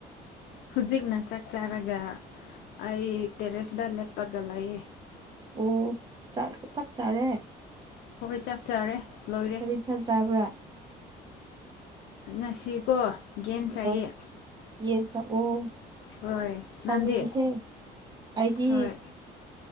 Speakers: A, on the left (about 80°); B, on the right (about 25°).
A: ꯍꯧꯖꯤꯛꯅ ꯆꯥꯛ ꯆꯥꯔꯒ ꯑꯩ ꯇꯦꯔꯦꯁꯇ ꯂꯦꯞꯄꯒ ꯂꯩꯌꯦ
B: ꯑꯣ ꯆ ꯆꯥꯛ ꯆꯥꯔꯦ
A: ꯍꯣꯏ ꯆꯥꯛ ꯆꯥꯔꯦ ꯂꯣꯏꯔꯦ
B: ꯀꯔꯤ ꯏꯟꯁꯥꯡ ꯆꯥꯕ꯭ꯔꯥ
A: ꯉꯁꯤꯀꯣ ꯒꯦꯟ ꯆꯥꯏꯌꯦ
B: ꯑ ꯌꯦꯟ ꯆ ꯑꯣ
A: ꯍꯣꯏ
B: ꯍꯥꯎꯒꯅꯤꯍꯦ
A: ꯅꯟꯗꯤ
B: ꯑꯩꯗꯤ
A: ꯍꯣꯏ